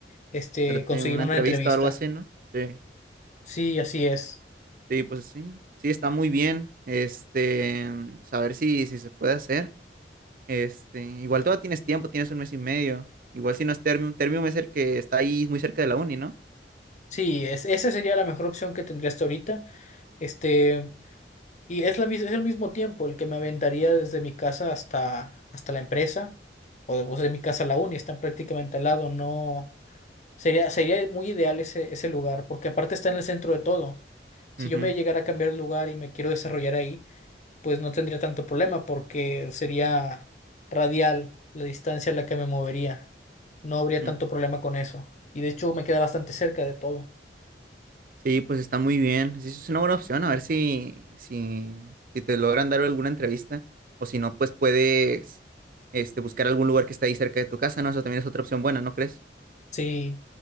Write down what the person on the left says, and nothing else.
este,
conseguir
una
entrevista.
Sí, así es.
Sí, es, esa sería la mejor opción que tendría hasta ahorita. Este, y es la, mis- es el mismo tiempo el que me aventaría desde mi casa hasta, hasta la empresa o de, o de mi casa a la uni, están prácticamente al lado, no sería, sería muy ideal ese, ese lugar, porque aparte está en el centro de todo. Si
yo me llegara a cambiar de lugar y me quiero desarrollar ahí, pues no tendría tanto problema porque sería radial la distancia a la que me movería. No habría
tanto problema con eso. Y de hecho me queda bastante cerca de todo.
Sí,